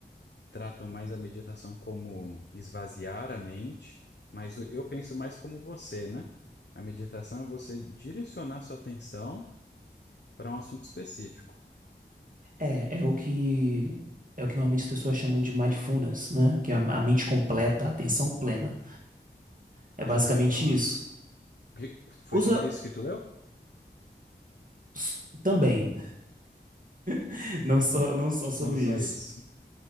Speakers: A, on the left; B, on the right.
A: tratam mais a meditação como esvaziar a mente, mas o- eu penso mais como você, né? A meditação é você direcionar sua atenção para um assunto específico.
B: É, é o que é o que normalmente as pessoas chamam de mindfulness, né? Que é a, a mente completa, a atenção plena. É
A: Já
B: basicamente
A: ouvi falar.
B: isso.
A: Que- Foi
B: Usa
A: sobre isso que tu leu?
B: s- também, <laughs> não só
A: <laughs>
B: não só sobre
A: Não só
B: isso.
A: isso,